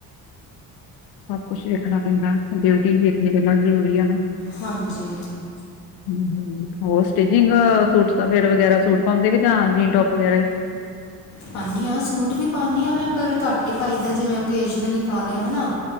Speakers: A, on the left; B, on the left.
A: ਸਭ ਕੁਛ ਵੇਖਣਾ ਪੈਂਦਾ ਡਿਊਟੀ ਵੀ ਵੇਖਣੀ ਪਹਿਲਾਂ ਜ਼ਰੂਰੀ ਆ ਨਾ।
B: ਹਾਂਜੀ।
A: ਹੂੰ ਹੂੰ, ਹੋਰ ਸਟਿਜਿੰਗ ਸੂਟ ਫੇਰ ਵਗੈਰਾ ਸੂਟ ਪਾਂਦੇ ਜਾਂ ਜੀਨ ਟੋਪ ਵਗੈਰਾ ਹੀ।
B: ਪਾਣੀ ਆ ਸੂਟ ਵੀ ਪਾਣੀ ਆ ਮੈਂ ਪਰ ਘੱਟ ਹੀ ਪਾਈ ਦਾ ਜਿਵੇਂ ਓਕੇਜਨਲੀ ਹੀ ਪਾ ਲਿਆ ਦਾ ਹੈ ਨਾ।